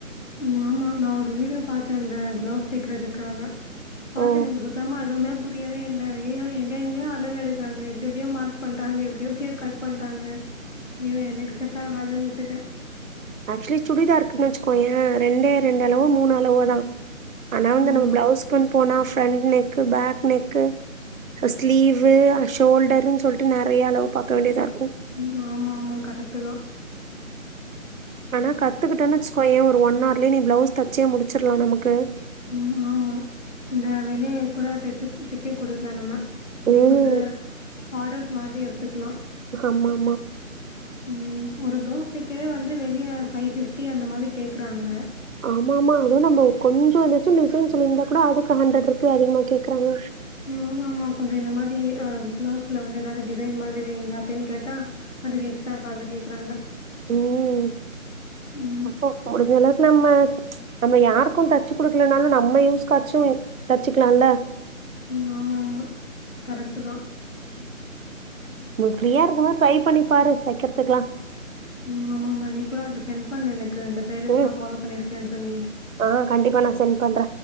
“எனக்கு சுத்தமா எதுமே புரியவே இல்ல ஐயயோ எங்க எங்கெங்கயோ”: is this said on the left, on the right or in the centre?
Left